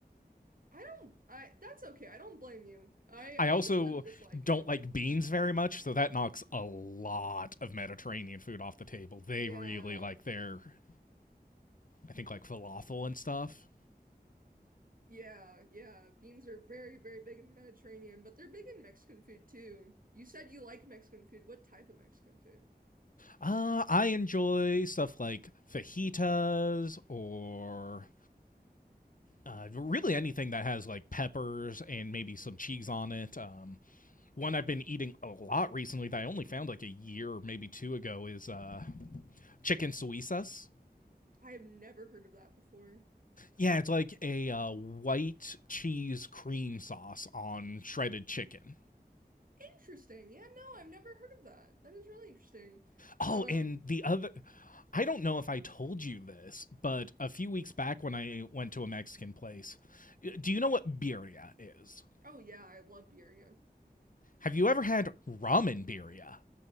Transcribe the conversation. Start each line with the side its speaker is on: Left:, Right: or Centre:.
Right: I don't, I, that's okay. I don't blame you. I,
Left: I
Right: I
Left: also
Right: used to dislike
Left: don't
Right: it.
Left: like beans very much, so that knocks a lot of Mediterranean food off the table. They
Right: Yeah,
Left: really like their, I think, like falafel and stuff.
Right: yeah, yeah. Beans are very, very big in Mediterranean, but they're big in Mexican food too. You said you like Mexican food. What type of Mexican food?
Left: Uh, I enjoy stuff like fajitas or uh, really anything that has like peppers and maybe some cheese on it. Um, one I've been eating a lot recently that I only found like a year, maybe two ago, is uh, chicken suizas.
Right: I have never heard of that before.
Left: Yeah, it's like a uh, white cheese cream sauce on shredded chicken.
Right: Interesting. Yeah, no, I've never heard of that. That is really interesting.
Left: Oh,
Right: Um,
Left: and the other. I don't know if I told you this, but a few weeks back when I went to a Mexican place, do you know what birria is?
Right: oh yeah, I love birria.
Left: Have you ever had ramen birria?